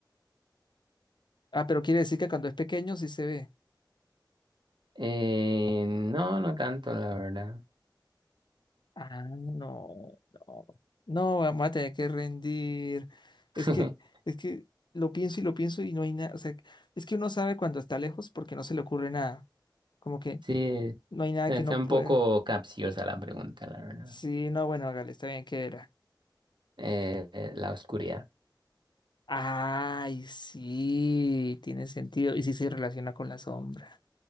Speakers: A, on the left (about 65°); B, on the right (about 70°).
A: Ah, pero quiere decir que cuando es pequeño sí se ve.
B: Eh, no, no tanto, la verdad.
A: Ah, no, no. No, vamos a tener que rendir. Es
B: <laughs>
A: que, es que lo pienso y lo pienso y no hay nada. O sea, es que uno sabe cuando está lejos porque no se le ocurre nada. Como que
B: Sí,
A: no hay nada
B: está
A: que uno
B: un
A: pueda.
B: poco capciosa la pregunta, la verdad.
A: Sí, no, bueno, hágale, está bien que era.
B: Eh, eh, la oscuridad.
A: Ay, sí, tiene sentido. Y sí se relaciona con la sombra.